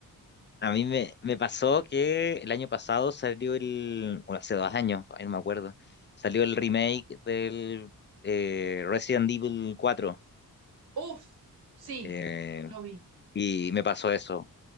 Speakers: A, on the left; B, on the right.
A: A mí me, me pasó que el año pasado salió el, o hace dos años, ay, no me acuerdo, salió el remake del eh, Resident Evil cuatro
B: Uf, sí,
A: eh,
B: lo vi.
A: y me pasó eso,